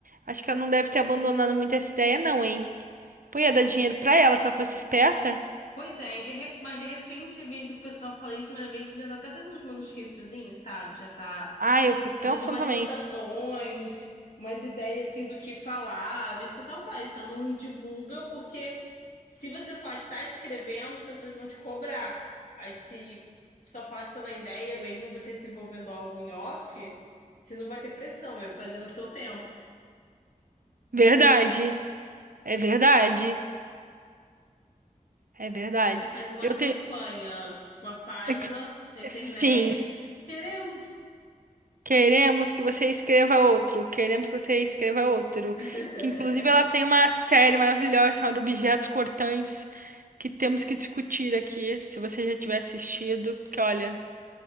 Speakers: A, on the right (about 75°); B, on the left (about 80°).
A: Acho que ela não deve ter abandonado muito essa ideia, não, hein? Pô, ia dar dinheiro pra ela se ela fosse esperta?
B: Pois é, e de rep- mas de repente, às vezes o pessoal fala isso, mas às vezes já tá até fazendo uns manuscritozinhos, sabe? Já tá
A: Ah, eu fico
B: fazendo
A: pensando
B: umas
A: também.
B: anotações, umas ideias assim do que falar. Às vezes o pessoal fala isso, só não divulga, porque se você falar que tá escrevendo, as pessoas vão te cobrar. Aí se só falar que tá na ideia, mesmo você desenvolvendo algo em off, você não vai ter pressão, vai fazer no seu tempo.
A: Verdade. É verdade. É verdade.
B: Você fazendo uma
A: Eu
B: campanha,
A: tenho.
B: uma página
A: <laughs>
B: na internet.
A: Sim.
B: <laughs> Queremos.
A: Queremos que você escreva outro. Queremos que você escreva outro.
B: <laughs>
A: Que inclusive ela tem uma série maravilhosa chamada Objetos Cortantes que temos que discutir aqui. Se você já tiver assistido, porque olha,